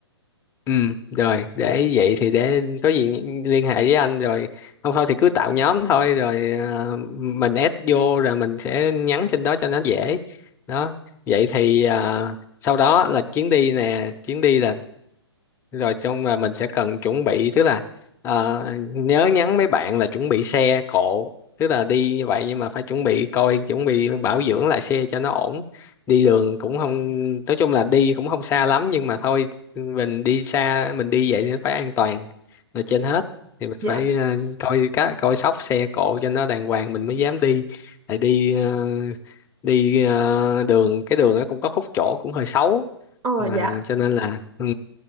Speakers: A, on the left; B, on the right.
A: ừ rồi để vậy thì để có gì liên hệ với anh rồi không thôi thì cứ tạo nhóm thôi rồi ờ, mình add vô rồi mình sẽ nhắn trên đó cho nó dễ đó vậy thì à, sau đó là chuyến đi nè chuyến đi là rồi trong là mình sẽ cần chuẩn bị tức là ờ, nhớ nhắn mấy bạn là chuẩn bị xe cộ tức là đi như vậy nhưng mà phải chuẩn bị coi chuẩn bị bảo dưỡng lại xe cho nó ổn đi đường cũng không nói chung là đi cũng không xa lắm nhưng mà thôi mình đi xa mình đi vậy thì phải an toàn là trên hết thì mình
B: dạ
A: phải ờ, coi cá coi sóc xe cộ cho nó đàng hoàng mình mới dám đi lại đi ờ, đi ờ, đường cái đường nó cũng có khúc chỗ cũng hơi xấu
B: ờ
A: mà
B: dạ
A: cho nên là ừ